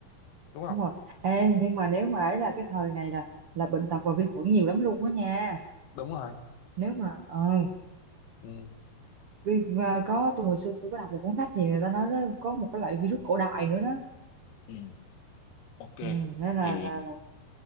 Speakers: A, on the left; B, on the right.
A: đúng không
B: đúng rồi ê nhưng mà nếu mà ấy là cái thời này là là bệnh tật và vi khuẩn nhiều lắm luôn á nha
A: đúng rồi
B: nếu mà ờ
A: ừ
B: vi- và có tôi hồi xưa tôi có đọc một cuốn sách gì người ta nói đó, có một cái loại virus cổ đại nữa đó
A: ừ ok
B: ừ, nên là,
A: thì
B: là, là